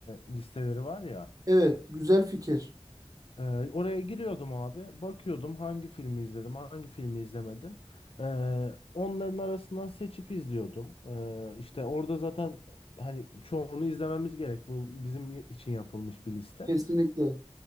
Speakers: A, on the left (about 70°); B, on the right (about 35°).
A: listeleri var ya.
B: Evet, güzel fikir.
A: E, oraya giriyordum abi. Bakıyordum hangi filmi izledim, hangi filmi izlemedim. E, onların arasından seçip izliyordum. E, işte orada zaten hani çoğunu izlememiz gerek. Bu bizim için yapılmış bir liste.
B: Kesinlikle.